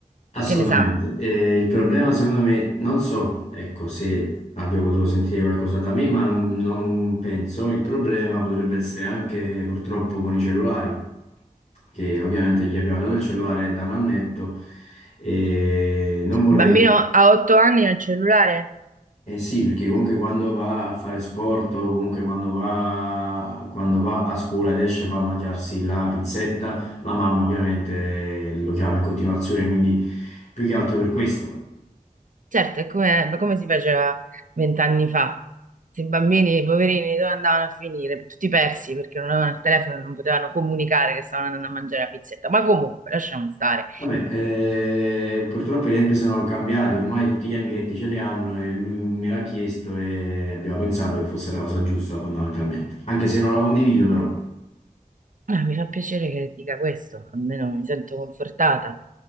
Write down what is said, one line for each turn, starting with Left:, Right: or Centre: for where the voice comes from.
Left: Assolutamente.
Right: Che ne sa?
Left: E il problema, secondo me, non so, ecco, se abbia potuto sentire qualcosa da me, ma non, non penso. Il problema potrebbe essere anche eh, purtroppo con i cellulari, che ovviamente gli abbiamo dato il cellulare da un annetto e non
Right: Cioè,
Left: vorrei
Right: Il bambino
Left: Mm.
Right: a otto anni ha il cellulare?
Left: Eh sì, perché comunque quando va a fare sport o comunque quando va, quando va a scuola ed esce e va a mangiarsi la pizzetta, la mamma ovviamente eh, lo chiama in continuazione, quindi più che altro per questo.
Right: Certo, è come, ma come si faceva vent'anni fa? Se i bambini, i poverini, dove andavano a finire? Tutti persi perché non avevano il telefono e non potevano comunicare che stavano andando a mangiare la pizzetta. Ma comunque, lasciamo stare.
Left: Vabbè, eh, purtroppo i tempi sono cambiati, ormai tutti gli amichetti ce li hanno e lui me l'ha chiesto e abbiamo pensato che fosse la cosa giusta fondamentalmente, anche se non la condivido però.
Right: Ah, mi fa piacere che dica questo, almeno mi sento confortata.